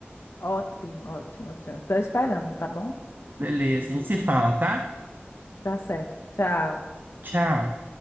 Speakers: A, on the left (about 75°); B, on the right (about 50°).
A: Ótimo, ótimo, ótimo. Estou esperando, tá bom?
B: Beleza, a gente se fala, tá?
A: Tá certo. Tchau.
B: Tchau.